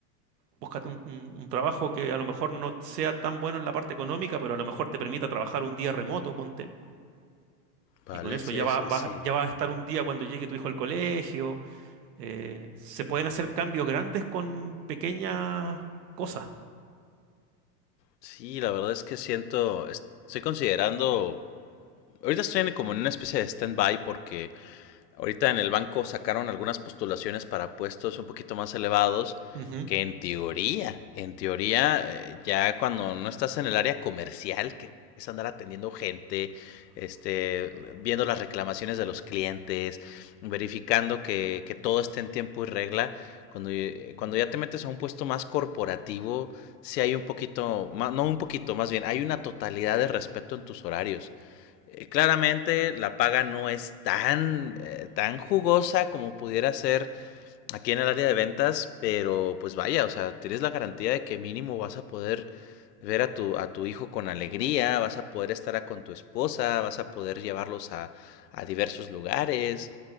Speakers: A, on the right; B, on the left.
A: Búscate un, un- un trabajo que a lo mejor no sea tan bueno en la parte económica, pero a lo mejor te permita trabajar un día remoto, ponte.
B: Vale,
A: Y con eso
B: sí,
A: ya va,
B: sí,
A: va-
B: sí.
A: ya va a estar un día cuando llegue tu hijo al colegio. eh, se pueden hacer cambios grandes con pequeñas cosas.
B: Sí, la verdad es que siento... es- Estoy considerando... Ahorita estoy en- como en una especie de stand-by porque Ahorita en el banco sacaron algunas postulaciones para puestos un poquito más elevados
A: Ujú.
B: que en teoría, en teoría, eh, ya cuando no estás en el área comercial, que es andar atendiendo gente, este, viendo las reclamaciones de los clientes, verificando que, que todo esté en tiempo y regla, cuando, eh, cuando ya te metes a un puesto más corporativo, sí hay un poquito, más, no un poquito, más bien, hay una totalidad de respeto en tus horarios. Eh, claramente la paga no es tan, eh, tan jugosa como pudiera ser aquí en el área de ventas, pero pues vaya, o sea, tienes la garantía de que mínimo vas a poder ver a tu, a tu hijo con alegría, vas a poder estar a- con tu esposa, vas a poder llevarlos a, a diversos lugares.